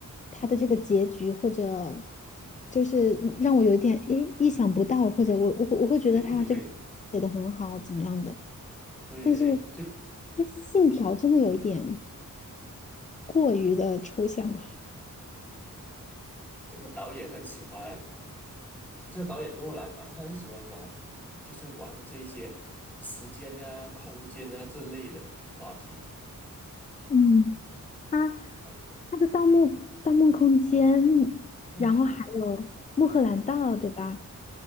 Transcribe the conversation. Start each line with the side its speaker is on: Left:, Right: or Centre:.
Left: 他的这个结局，或者就是让我有一点诶意想不到，或者我我会我会觉得他这个
Centre: 对对对。
Left: 写的很好，怎么样的？
Centre: 对对，
Left: 但是
Centre: 对，就
Left: 这信条真的有一点过于的抽象了。
Centre: 这个导演很喜欢，这个导演诺兰嘛，他很喜欢玩，就是玩这一些时间呀、空间啊这类的话题
Left: 嗯，他
Centre: 啊。
Left: 他的《盗墓盗梦空间》，
Centre: 哇，
Left: 然后还有《穆赫兰道》，
Centre: 嗯，
Left: 对吧？